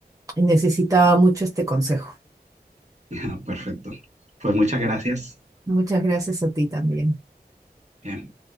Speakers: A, on the right; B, on the right.
A: necesitaba mucho este consejo.
B: <laughs> perfecto. Pues muchas gracias.
A: Muchas gracias a ti también.
B: Bien.